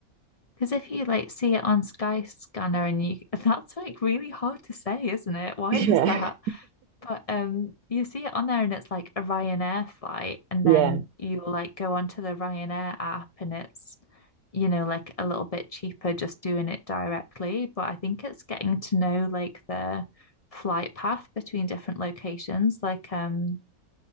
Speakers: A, on the left; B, on the right.
A: Because if you like see it on Sky Scanner and you <laughs> that's like really hard to say, isn't it? Why
B: <laughs> Yeah.
A: is that? But um you see it on there and it's like a Ryanair flight and
B: Yeah.
A: then you like go onto the Ryanair app and it's you know like a little bit cheaper just doing it directly, but I think it's getting to know like the flight path between different locations like um